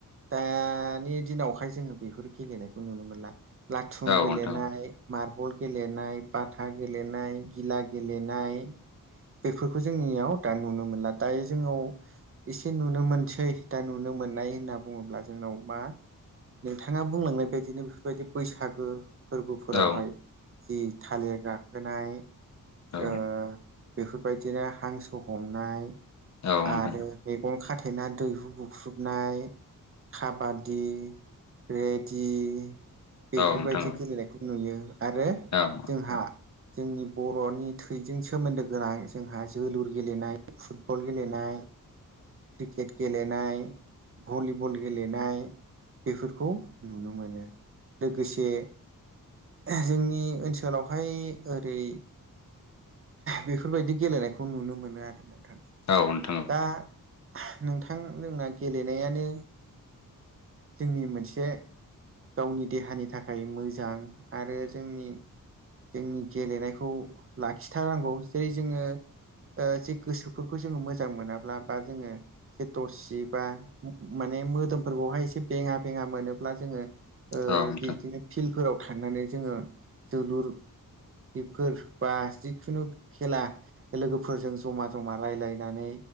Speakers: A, on the right; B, on the left.
A: दानि दिनावहाय जोङो बेफोर गेलेनायखौ नुनो मोनला। लाथुम गेलेनाय
B: नोंथां
A: मार्बल गेलेनाय बाथ हा गेलेनाय गिला गेलेनाय। बेफोरखौ जोंनियाव दा नुनो मोनला दायो जोंनाव एसे नुनो मोनसै दा नुनो मोन मोननाय होनना बुङोब्ला जोंनाव मा? नोंथाङा बुंलांनाय बायदिनो बेफोरबायदि बैसागो फोरबोफोरावहाय
B: औ नोंथां औ
A: जि थालिर गाखोनाय
B: औ
A: ओ बेफोरबायदिनो हांसो हमनाय
B: औ नोंथां औ नोंथां
A: आरो मैगं खाथेना दैहु बुख्रु गुरनाय खाबादि रेडि बेफोरबायदि
B: औ नोंथां औ नोंथां औ
A: गेलेनायखौ नुयो आरो
B: औ
A: जोंहा जोंनि बर'नि थैजों सोमोन्दो गोनां जोंहा जोलुर गेलेनाय। फुटबल गेलेनाय क्रिकेट गेलेनाय गेलेनाय भलिबल गेलेनाय। बेफोरखौ नुनो मोनो लोगोसे जोंनि ओनसोलावहाय ओरै बेफोरबायदि गेलेनायखौ नुनो मोनो आरो। नोंथां
B: औ नोंथां औ
A: दा नोंथां जोंना गेलेनायानो जोंनि मोनसे गावनि देहानि थाखाय मोजां। आरो जोंनि जोंनि गेलेनायखौ लाखिथारनांगौ जेरै जोङो ओ जे गोसोफोरखौ जोङो मोजां मोनाब्ला बा जोङो जे दरसि बा माने मे मोदोमफोरखौहाय एसे बेङा बेङा मोनोब्ला जोङो ओ
B: आरो औ नोंथां
A: बिदिनो फिल्डफोराव थांनानै जोङो जोलुर
B: <inaudible>
A: बेफोर बा जिखुनु खेला लोगोफोरजों जमा जमा राय्लायनानै